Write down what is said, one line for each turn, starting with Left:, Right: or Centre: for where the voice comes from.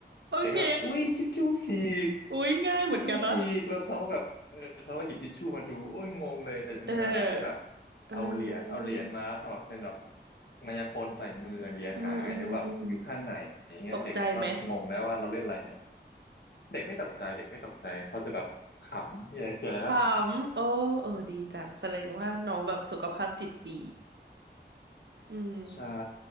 Right: โอเค
Left: เด็กก็แบบอุ้ยชิชชู่ฉีก
Right: อุ๊ยง่ายเหมือนกันนะ
Left: ชิชชู่ฉีกแล้วเขาก็แบบเออเขาก็หยิบชิชชู่มาดูโอ้ยงงเลยเอออันนี้มันอะไรหรือแบบ
Right: เออเอ
Left: เอาเหรียญเอาเหรียญมาแล้วทำแบบเป็นแบบ
Right: อ
Left: มายากลใส่มือเหรียญหายหรือแบบอยู่ข้างไหนอย่างเงี้ยเด็กมันก็งงแล้วว่าเราเล่นอะไรเนี่ย
Right: อืมอืมอืมตกใจไหม
Left: เด็กไม่ตกใจเด็กไม่ตกใจเขาจะแบบขำมีอะไรเจออะไรก็ขำ
Right: ขำโอ้เออดีจังแสดงว่าน้องแบบสุขภาพจิตดีอืม
Left: ใช่